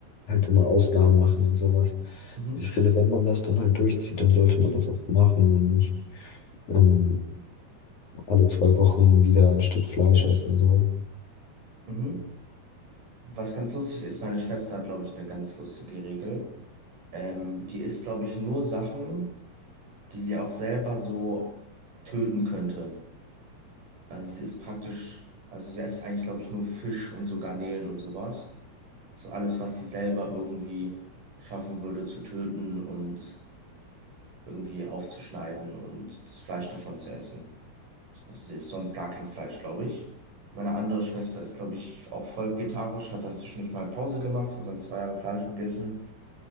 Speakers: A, on the left; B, on the right.
A: halt immer Ausnahmen machen und sowas.
B: Mhm,
A: Ich finde, wenn man das dann halt durchzieht, dann sollte man das auch machen und nicht ähm, alle zwei Wochen wieder ein Stück Fleisch essen. So.
B: mhm. Was ganz lustig ist, meine Schwester hat, glaube ich, eine ganz lustige Regel. Ähm, die isst, glaube ich, nur Sachen, die sie auch selber so töten könnte. Also sie ist praktisch, also sie isst eigentlich, glaube ich, nur Fisch und so Garnelen und sowas. so alles, was sie selber irgendwie schaffen würde zu töten und irgendwie aufzuschneiden und das Fleisch davon zu essen. Also sie isst sonst gar kein Fleisch, glaube ich. Meine andere Schwester ist, glaube ich, auch voll vegetarisch, hat dann zwischendurch mal Pause gemacht, hat dann zwei Jahre Fleisch gegessen.